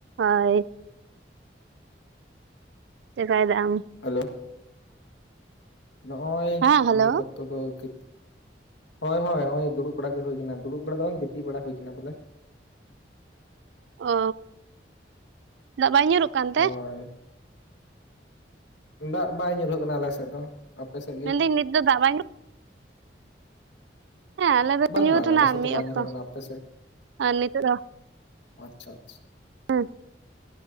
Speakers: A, on the right; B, on the left.
A: ᱦᱳᱭ ᱪᱮᱠᱟᱭᱫᱟᱢ
B: ᱦᱮᱞᱳ ᱱᱚᱜᱚᱭ
A: ᱦᱮᱸ ᱦᱮᱞᱳ
B: ᱱᱤᱛᱚᱜ <inaudible> ᱦᱳᱭ ᱦᱳᱭ ᱫᱩᱲᱩᱵ ᱵᱟᱲᱟ ᱜᱮ ᱦᱩᱭ ᱠᱟᱱᱟ ᱫᱩᱲᱩᱵ ᱵᱟᱲᱟ ᱫᱚ ᱵᱟᱝ ᱜᱤᱛᱤᱡ ᱵᱟᱲᱟ ᱦᱩᱭ ᱠᱟᱱᱟ ᱵᱚᱞᱮ
A: ᱚ ᱫᱟᱜ ᱵᱟᱝ ᱧᱩᱨᱩᱜ ᱠᱟᱱ ᱛᱮ?
B: ᱦᱳᱭ ᱫᱟᱜ ᱵᱟᱭ ᱧᱩᱨᱦᱟᱹᱜ ᱠᱟᱱᱟ ᱟᱞᱮᱥᱮᱫ ᱫᱚ᱾ ᱟᱯᱮ ᱥᱮᱫ ᱜᱮ
A: ᱢᱮᱱᱫᱟᱹᱧ ᱱᱤᱛ ᱫᱚ ᱫᱟᱜ ᱵᱟᱭ <inaudible> ᱦᱮᱸ ᱟᱞᱮ ᱫᱚ
B: ᱵᱟᱝ
A: ᱧᱩᱨᱱᱟ
B: ᱵᱟᱝ ᱟᱞᱮ ᱥᱮᱫ
A: ᱢᱤᱫ
B: ᱫᱚ ᱵᱟᱭ
A: ᱚᱠᱛᱚ
B: ᱧᱩᱨᱦᱟᱹᱜ ᱠᱟᱱᱟ ᱟᱯᱮ ᱥᱮᱫ
A: ᱟᱨ ᱱᱤᱛ ᱫᱚ
B: ᱟᱪᱪᱷᱟ ᱟᱪᱪᱷᱟ
A: <unintelligible>